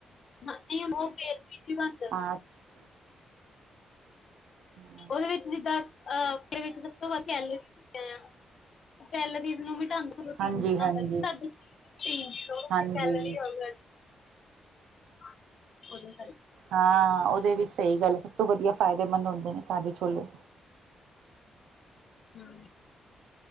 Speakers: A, on the left; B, on the right.
A: ਨਹੀਂ ਉਹ <unintelligible>
B: <unintelligible> ਹੂੰ।
A: ਉਹਦੇ ਵਿੱਚ ਜਿੱਦਾਂ ਅਦੇ ਵਿੱਚ ਸਭ ਤੋਂ ਵੱਧ ਕੈਲਰੀ ਹੁੰਦੇ ਆ। ਓ ਕੈਲਾਰੀਜ਼ ਨੂੰ। <unintelligible>
B: ਹਾਂਜੀ ਹਾਂਜੀ ਹਾਂਜੀ
A: <unintelligible>
B: ਹਾਂ ਉਹਦੇ ਵੀ ਸਹੀ ਗੱਲ ਸਭ ਤੋਂ ਵਧੀਆ ਫਾਇਦੇਮੰਦ ਹੁੰਦੇ ਨੇ ਕਾਲੇ ਛੋਲੇ।
A: ਹੂੰ।